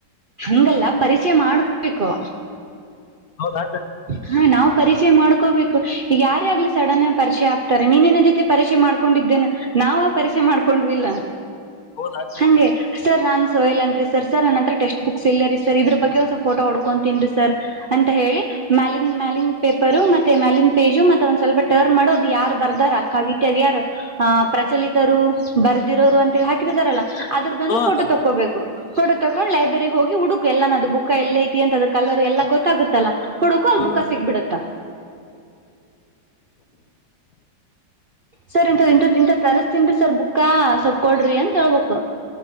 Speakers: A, on the right; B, on the left.
A: ಹಂಗಲ್ಲ ಪರಿಚಯ ಮಾಡಬೇಕು.
B: ಹೌದಾಕ
A: ಹಾ ನಾವು. ಪರಿಚಯ ಮಾಡ್ಕೋಬೇಕು, ಈಗ ಯಾರೇ ಆಗ್ಲಿ ಸಡನ್ ಆಗಿ ಪರಿಚಯ ಆಗ್ತಾರೆ, ನೀನನ್ನ ಜೊತೆ ಪರಿಚಯ ಮಾಡ್ಕೊಂಡಿದ್ದೇನೆ ನಾವ ಪರಿಚಯ ಮಾಡ್ಕೊಂಡ್ವಿಲ್ಲ.
B: ಹೌದಾಕ
A: ಹಾಗೆ. ಸರ್ ನಾನ್ ಸೋಹಲ್ ಅನ್ ರೀ ಸರ್ ಸರ್ ನನ್ನ ಹತ್ರ ಟಕ್ಸ್ಟ್ ಬುಕ್ಸ್ ಇಲ್ಲ ರೀ ಸರ್, ಇದ್ರ ಬಗ್ಗೆ ಒಂದ್ಸಲ್ ಫೋಟೋ ಹೊಡ್ಕೊಂತನ್ರಿ ಸರ್ ಅಂತ ಹೇಳಿ. ಮ್ಯಾಲನ್ ಮ್ಯಾಲಿನ್ ಪೇಪರು ಮತ್ತೆ ಮ್ಯಾಲನ್ ಪೇಜು ಮತ್ತೆ ಒಂದ್ ಸ್ವಲ್ಪ ಟರ್ನ್ ಮಾಡೋ ಅದು ಯಾರು ಬರ್ದಾರ ಕವಿತೆ ಅದ ಯಾರ್ ಹ ಪ್ರಚಲಿತರು ಬ ಹದಿರೋರು ಅಂತಿ ಹಾಕಿರ್ತಾರಲ್ಲ. ಅದ್ರದ್ದಂದು
B: ಹಾ
A: ಫೋ
B: ಅಕ್ಕ
A: ತಗೋಬೇಕು ಫೋಟೋ ತಕೊಂಡ್ ಲೈಬ್ರರಿಗ್ ಹೋಗಿ ಹುಡುಕು ಎಲ್ಲ ನ ಅದು ಬುಕ್ ಎಲ್ಲ ಐತಿ ಅಂತ ಅ ಕಲರ್ ಎಲ್ಲ ಗೊತ್ತಾಗುತ್ತಲ್ಲಾ. ಹುಡುಕು ಅಲ್
B: ಹಾ
A: ಬುಕ್ಕಾ ಸಿಕ್ಬಿಡತ್ತ ಸರ್ ಇಥ ಇಂಥ ತರಿಸಸ್ತನ್ರಿ ಸರ್ ಬುಕ್ಕಾ ಸೊಪ್ಪಕಡ್ರಿ ಅಂತ. ವುಕ